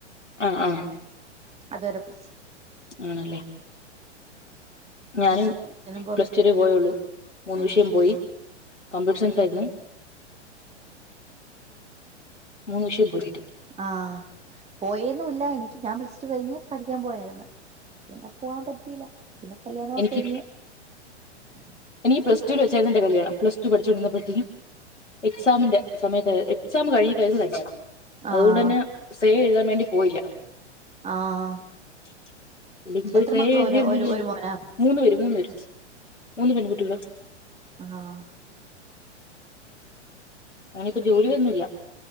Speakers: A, on the left (about 85°); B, on the right (about 20°).
A: ആ ആ
B: അതുവരെ പടിച്ചു
A: ആണല്ലേ ഞാനും
B: ഒന്നിനും പോകാൻ
A: പ്ലസ്
B: പറ്റിയില്ല
A: ടു വരെ പോയുള്ളൂ മൂന്ന്
B: ആഹ്
A: വിഷം പോയി കംമ്പ്യൂട്ടർ സൈൻസ് ആയിരുന്നു മുന്നു വിഷയം പോയികിട്ടി
B: ആഹ് പോയന്നുംല്ല എനിക്ക് ഞാൻ പ്ലസ് ടു കഴിഞ്ഞ് പഠിക്കാൻ പോയായിരുന്നു പിന്നെ പോവാൻ പറ്റീല്ല പിന്നെ കല്യാണൊക്കെ
A: എനിക്ക്
B: കഴിഞ്ഞു ഉ
A: എനിക്ക് പ്ലസ് ടുവിൽ വെച്ചായിരുന്നു എന്റെ കല്യാണം പ്ലസ് ടു പഠിചോണ്ടിരുന്ന പ്പോഴത്തേക്കും എക്സാമിന്റെ സമയത്ത് എക്സാം കഴിഞ്ഞിട്ടായിരുന്നു കല്യാണം
B: ആഹ്
A: അതുകൊണ്ട് തന്നെ സേ എഴുതാ വേണ്ടി പോയില്ല
B: ആഹ്
A: <unintelligible>
B: എത്ര
A: എഴുതിരുന്നെ
B: മക്കള് ഒരു ഒരു ഒരു മോനാ
A: മൂന്ന് പേര് മൂന്നു പേര് മൂന്ന് പെൺകുട്ടികളാ
B: ആഹ്
A: അങ്ങന ഇപ്പോ ജോലി ഒന്നുല്ല